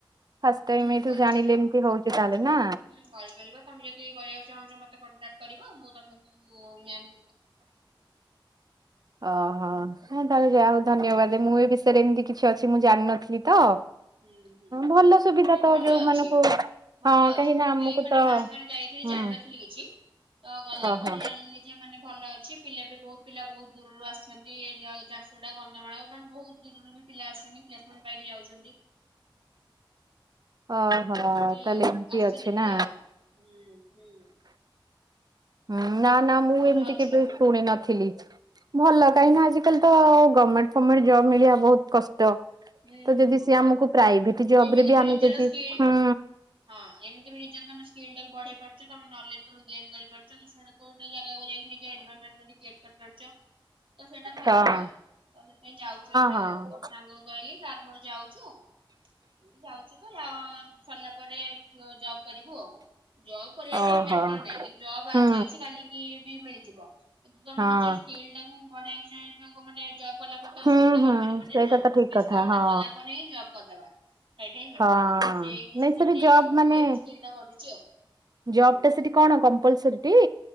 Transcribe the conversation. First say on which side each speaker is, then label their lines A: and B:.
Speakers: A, on the right; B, on the right.
A: ଫାଷ୍ଟ ଟାଇମ
B: ହୁଁ
A: ଏଇଠୁ
B: କରିପାରିବ
A: ଜାଣିଲେ ଏମିତି
B: ହୁଁ
A: ହଉଛି ତାହେଲେ ନା
B: କରିପାରିବ ତମେ ଯଦି କରିବା ଚାହୁଁଛ ମତେ କଣ୍ଟାକ୍ଟ କରିବ ମୁଁ ତମକୁ ମ୍ୟାମ୍
A: ଅ ହୋ ତାହେଲେ ଯା ହଉ
B: ହୁଁ
A: ଧନ୍ୟବାଦ ମୁଁ ଏଇ ବିଷ <unintelligible> ଏମିତି କିଛି ଅଛି ମୁଁ ଜାଣିନଥିଲି ତ
B: ହୁଁ ହୁଁ ହୁଁ
A: ଭଲ ସୁବିଧା
B: ନାଇଁ
A: ତ
B: ଭଲ
A: ଯୋଉ
B: ଅଛି।
A: ମାନଙ୍କୁ
B: ଭଲ
A: ହଁ
B: ଅଛି
A: କାହିଁକି
B: ମୁଁ
A: ନା ଆମକୁ
B: ବି ମାନେ
A: ତ
B: ଫାଷ୍ଟ୍ ଯେତେବେଳେ ଯାଇଥିଲି
A: ହୁଁ
B: ଜାଣିନଥିଲି କିଛି ତ ଗଲା
A: ଓହୋ
B: ପରେ ଜାଣିଲି ଯେ ମାନେ ଭଲ ଅଛି ପିଲା ବି ବହୁତ୍ ପିଲା ବହୁତ୍ ଦୂରରୁ ଆସୁଛନ୍ତି ଏ ଝାରସୁଗୁଡ଼ା କନ୍ଧମାଳ ମାନେ ବହୁତ୍ ଦୂରରୁ ପିଲା ଆସୁଛନ୍ତି ପ୍ଲେସମେଣ୍ଟ୍ ପାଇକି ଯାଉଛନ୍ତି।
A: ଓହୋ
B: ମାନେ
A: ତାହେଲେ ଏମିତି
B: ଆସିଛନ୍ତି
A: ଅଛି
B: ପିଲା
A: ନା
B: ଆଉ ହୁଁ ହୁଁ।
A: ହୁଁ ନା ନା ମୁଁ
B: ଭଲ
A: ଏମିତି
B: ଅଛି
A: କେବେ
B: ଆଉ
A: ଶୁଣି ନଥିଲି ଭଲ
B: ହୁଁ
A: କାହିଁକି ନା ଆଜିିକାଲି ତ ଗମେଣ୍ଟ୍ ଫମେଣ୍ଟ୍ ଜବ୍ ମିଳିବା ବହୁତ୍ କ ତ
B: ହୁଁ
A: ତ
B: ହୁଁ
A: ଯଦି ସେ
B: ହୁଁ
A: ଆମକୁ ପ୍ରାଇଭେଟ୍ ଜବ
B: ଏମିତି
A: ରେ ବି ଆମେ
B: ନିଜର
A: ଯଦି
B: ସ୍କିଲ୍
A: ହୁଁ।
B: ହଁ ଏମିତି ବି ନିଜ ସ୍କିଲଟା ବଢେଇ ପାରୁଛ ତମେ ନଲେଜ ତମେ ଗେନ୍ କରିପାରୁଛ କୋଉ ଗୋଟେ ଜାଗା ଯାଇକ ନିଜ ଏନଭା ତ ସେଇଟା ଭଲ
A: ହଁ
B: ନା
A: ହଁ
B: ତ ସେଥିାଇଁ ଯାଉଛୁ ଆମେ
A: ହଁ।
B: ଆଉ ଗୋଟେ ସାଙ୍ଗକୁ କହିଲି ତାର ମୋର ଯାଉଛୁ ଏମତି ଯାଉଛୁ ତ ସରିଲା ପରେ ଜବ୍ କରିବୁ ଆଉ ଜବ୍ କରିବା
A: ଓହୋ
B: ଟିକ ମ୍ୟାଟର ନାହିଁ କିନ୍ତୁ ଜବ୍ ଆଜି
A: ହୁଁ
B: ଅଛି କାଲିକି ବି ମିଳିବ। ଯିବ କିନ୍ତୁ ତମେ
A: ହଁ
B: ନିଜ ସ୍କିଲ୍ ଟାକୁୁ ବଢେଇିବାକୁ ଚାହିଁବାକୁ ମାନେ ଜବ୍ କଲା ପରେ ତ
A: ହୁଁ
B: ସ୍କିଲ୍ ଟା
A: ହୁଁ
B: କରିପାରିବନି
A: ସେଇଟା
B: ନା ତ
A: ଠିକ
B: ସେ
A: କଥା
B: ସ୍କିଲ୍
A: ହଁ।
B: ଟା କଲା ପରେ ହିଁ ଜବ୍ କରିଦବା ସୋଇଟା ହିଁ ବେଟର
A: ହଁ
B: ତ ସେଇ ଡିସିସନ
A: ନାଇଁ ସେଠି
B: ନେଇକି ମୁଁ
A: ମାନେ
B: ମୁଁ ଏବେ ସ୍କିଲ୍ ଟା କରୁଛି ଆଉ
A: ଜବ୍
B: ହୁଁ।
A: ଟା ସେଠି କଣ କମ୍ପଲସରୀ ଟି